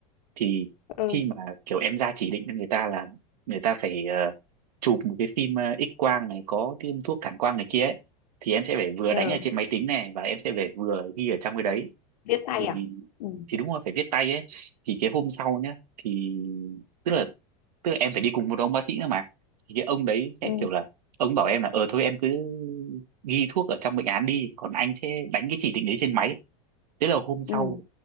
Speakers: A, on the right; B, on the left.
A: thì
B: ừ
A: khi mà kiểu em ra chỉ định cho người ta là người ta phải ờ, chụp một cái phim ờ, X quang này có tiêm thuốc cản quang này kia ấy thì em sẽ phải vừa
B: giờ
A: đánh ở trên máy tính này và em sẽ phải vừa ghi ở trong cái đấy
B: viết tay
A: thì
B: à ừ
A: thì đúng rồi phải viết tay ấy thì cái hôm sau nhá thì tức là tức là em phải đi cùng một ông bác sĩ nữa mà thì cái ông đấy sẽ
B: ừ
A: kiểu là ông bảo em là ờ thôi em cứ ghi thuốc ở trong bệnh án đi còn anh sẽ đánh cái chỉ định đấy trên máy thế là hôm sau
B: ừ